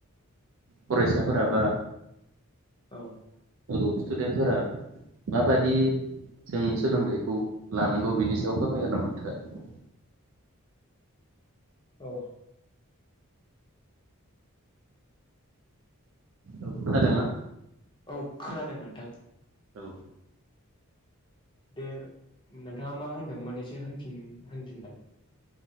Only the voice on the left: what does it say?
औ।
औ।
औ खोनादों नोंथां।
दे नोंथाङा मा होनदोंमोन एसे होनफिन होनफिनलाय।